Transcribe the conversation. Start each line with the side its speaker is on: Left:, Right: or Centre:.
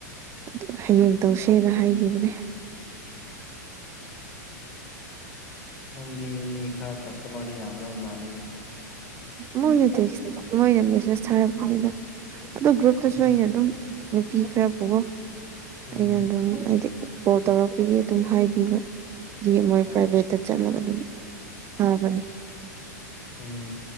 Right: ꯑꯗꯨ ꯍꯌꯦꯡ ꯇꯧꯁꯦꯅ ꯍꯥꯏꯈꯤꯕꯅꯦ
Left: ꯎꯝ ꯅꯪꯗꯤ ꯃꯤ ꯈꯔ ꯀꯁꯇꯃꯔꯗꯤ ꯌꯥꯝ꯭ꯔꯕ ꯃꯥꯜꯂꯤꯅꯦ
Right: ꯃꯣꯏ ꯅꯇꯁꯤ ꯃꯣꯏꯁꯤ ꯁꯅꯤꯗ ꯑꯗꯨꯗ ꯒ꯭ꯔꯨꯞꯇꯁꯨ
Left: ꯎꯝ
Right: ꯑꯩꯅ ꯑꯗꯨꯝ ꯅꯨꯄꯤ ꯈꯔ ꯄꯨꯕꯣ
Left: ꯎꯝ
Right: ꯑꯩꯅ ꯑꯗꯨꯝ ꯍꯥꯏꯗꯤ ꯀꯣꯜ ꯇꯧꯔꯛꯄꯤꯒꯦ ꯑꯗꯨꯝ ꯍꯥꯏꯕꯤꯕ ꯃꯣꯏ ꯄ꯭ꯔꯥꯏꯚꯦꯠꯇ ꯆꯒ ꯑꯗꯨ ꯊꯥꯒꯅꯤ
Left: ꯎꯝ